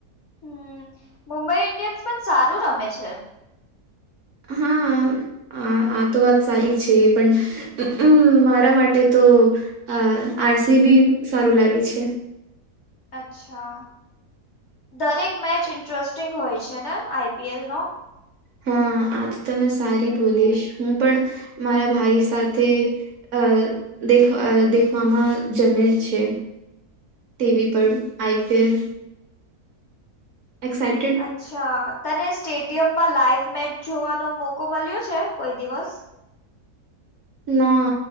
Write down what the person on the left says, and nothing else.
હમ મુંબઈ ઇન્ડિયન્સ પણ સારું રમે છે.
અચ્છા દરેક મેચ ઇન્ટરેસ્ટિંગ હોય છે ને આઈપીએલ નો.
અચ્છા તને સ્ટેડિયમમાં લાઈવ મેચ જોવાનો મોકો મળ્યો છે કોઈ દિવસ.